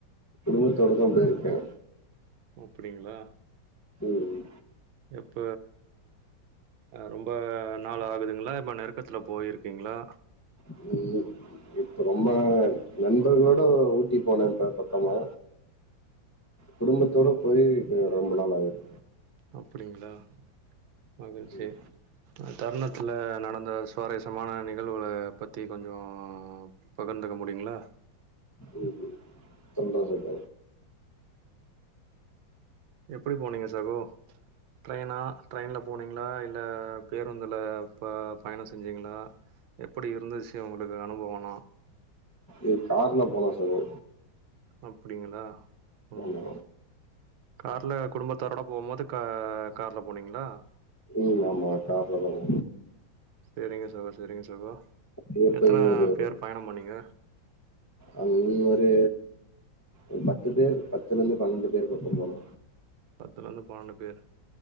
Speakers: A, on the left; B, on the right.
A: குடும்பத்தோடு தா போயிருக்க
B: அப்டிங்களா
A: ம்
B: எப்ப ஆ ரொம்ப நாள் ஆகுதுங்களா இப்ப நெருக்கத்துல போயிருக்கீங்களா
A: ம் ரொம்ப நாள் நண்பர்களோட ஊட்டி போன இப்ப பக்கமா குடும்பத்தோடு போய் ஆ ரொம்ப நாள் ஆகுது
B: அப்டிங்களா மகிழ்ச்சி
A: ம்
B: தருணத்துல நடந்த சுவாரஸ்மான நிகழ்வுகள பத்தி கொஞ்சோ பகிர்ந்துக்க முடியுங்களா
A: ம் ம் சொல்ற சொல்ற
B: எப்டி போனீங்க சகோ ட்ரெயினா ட்ரெயின்ல போனிங்களா இல்ல பேருந்துல ப பயண செஞ்சிங்களா எப்டி இருந்துச்சு உங்களுக்கு அனுபவம்லா
A: எ கார்ல போனோ சகோ
B: அப்டிங்ளா ம்
A: ஆமா
B: கார்ல குடும்பத்தோடலா போம்போது கா கார்ல போனீங்ளா
A: ம் ஆமா கார்ல தா போனோ
B: சேரிங்க சகோ சேரிங்க சகோ
A: இது
B: எத்தனா
A: போய் ஒரு
B: பேர் பயண பண்ணிங்க
A: அதுவும் ஒரு அ பத்து பேர் பத்துலருந்து பன்னெண்டு பேர் பக்க போனோ
B: பத்துலருந்து பன்னெண்டு பேரு